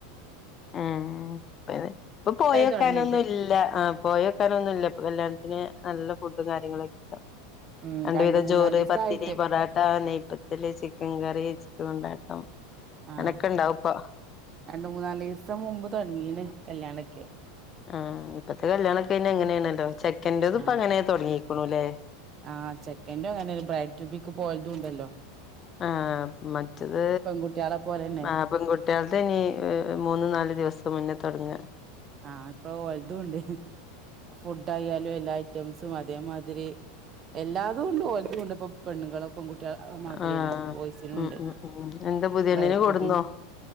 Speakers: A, on the left; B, on the right.
A: ഉം അെ ഇപ്പൊ പോയി നോക്കാനൊന്നുല്ല
B: തൊടങ്ങീട്ട്
A: ആ പോയി നോക്കാനൊന്നുല്ല ഇപ്പൊ കല്യാണത്തിന് നല്ല ഫുഡും കാര്യങ്ങളുക്കെ
B: ഉം
A: രണ്ട് വിധം
B: മൂന്നാലീസായിട്ട്
A: ചോറ് പത്തിരി പൊറോട്ട നെയ്യ്പ്പത്തല് ചിക്കൻ കറി <unintelligible>
B: ആ
A: അങ്ങനൊക്കെ ഉണ്ടാവും ഇപ്പൊ
B: രണ്ട് മൂന്നാലിസം ദിവസം മുമ്പ് തുടങ്ങീണ് കല്യാണക്കെ
A: ആ ഇപ്പത്തെ കല്യാണൊക്കെ പിന്നെ അങ്ങനെയാണല്ലോ ചെക്കന്റെത് ഇപ്പ
B: ആ
A: അങ്ങനെ തുടങ്ങിക്കണുല്ലേ
B: ആ ചെക്കന്റും അങ്ങനെ ബ്രൈറ്റ് ബിക്ക് പോ <unintelligible>
A: ആ മറ്റത്
B: പെൺകുട്ടികളെ പോലെന്നെ
A: ആ പെൺകു കുട്ടിയൾദ് ഇനി മൂന്ന് നാല് ദിവസം മുന്നേ തുടങ്ങാ
B: ആ ഇപ്പൊ ഓല്തും ഉണ്ട് ഫുഡ് ആയാലും എല്ലാ ഐറ്റംസും അതേമാതിരി എല്ലാതുകൊണ്ട് ഓൽതുണ്ട് ഇപ്പ പെണ്ണുങ്ങളും പെൺകുട്ടികളെ മാതിരി
A: ആ
B: തന്നെ ബോയ്സിനും
A: ഉം
B: ഉണ്ട്
A: ഉം ഉം എന്താ പുതിയണ്ണിനെ
B: ബ്രൈട്
A: കൊടുന്നോ
B: റ്റുബിം